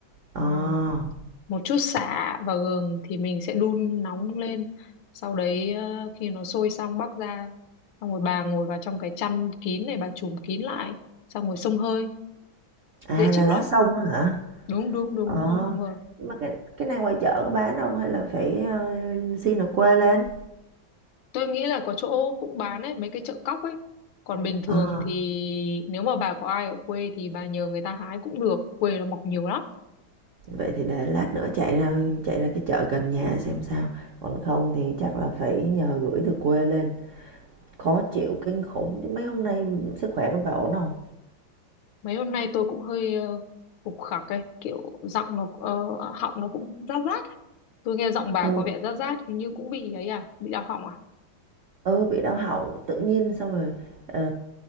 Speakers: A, on the right (about 70°); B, on the left (about 80°).
A: Ờ.
B: ừ, một chút sả và gừng thì mình sẽ đun nóng lên. Sau đấy ờ, khi nó sôi xong bắc ra, xong rồi bà ngồi vào trong cái chăn kín này bà trùm kín lại, xong rồi xông hơi,
A: À
B: dễ chịu
A: là lá
B: lắm.
A: sông á hả?
B: Đúng đúng đúng
A: Ờ.
B: đúng rồi đúng rồi.
A: Nhưng mà cái cái này ngoài chợ có bán không hay là phải ờ, xin ở quê lên?
B: Tôi nghĩ là có chỗ cũng bán ấy, mấy cái chợ cóc ấy. Còn bình thường
A: Ờ.
B: thì nếu mà bà có ai ở quê thì bà nhờ người ta hái cũng được. Quê nó mọc nhiều lắm.
A: Vậy thì để lát nữa chạy ra chạy ra cái chợ gần nhà xem sao. Còn không thì chắc là phải nhờ gửi từ quê lên. Khó chịu kinh khủng chứ mấy hôm nay sức khỏe của bà ổn không?
B: Mấy hôm nay tôi cũng hơi ờ, khục khặc ấy, kiểu giọng nó ờ, họng nó cũng rát rát. Tôi nghe giọng bà
A: Ừ.
B: có vẻ rát rát hình như cũng bị ấy à, bị đau họng à?
A: Ừ, bị đau họng tự nhiên xong rồi, ờ,